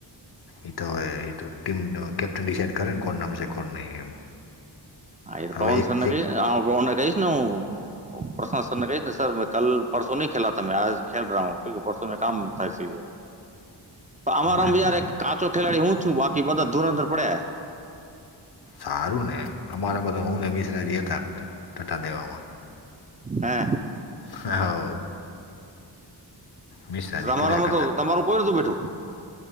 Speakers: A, on the left (about 65°); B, on the right (about 20°).
A: એ તો એ ટીમ કેપ્ટન ડિસાઈડ કરે કોન નામ છે કોન નહી એમ
B: આદ
A: હવે
B: પવન
A: એક
B: સરને
A: એક
B: ક આ બાવના ક ને પરશના સરને કહે ને સર મેં કલ પરસો ન ખેલા થ મેં આજ ખેલ રહા હું કુ પરસો મેં કામ લે અમારામ
A: ન-
B: યાર એક કાચો ખેલાડી હું છું બાકી બધા ધૂરંધર પડે
A: સારું ને! અમારામાં તો હું ને મિશ્રજી હતા ટટા દેવામાં
B: હે
A: હા! મિશ્રાજી
B: તમારામાં
A: કર્યા
B: તો તમારું કોઈ રતું બેઠું.